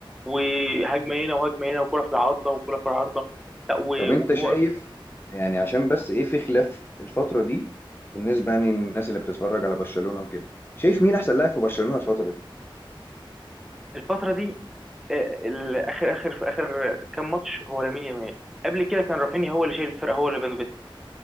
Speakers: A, in the centre; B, on the left (about 25°).
A: وهجمة هنا وهجمة هنا وكرة في العارضة وكرة في العارضة لا و-
B: طب
A: وكور
B: انت شايف يعني عشان بس ايه في خلاف الفتره دي بالنسبه يعني للناس اللي بتتفرج على برشلونه وكده شايف مين احسن لاعب في برشلونه الفتره دي
A: الفترة دي آه، ال- اخر اخر في اخر كام ماتش هو لامين يامال قبل كده كان رافينيا هو اللي شايل الفرقه هو اللي بنبت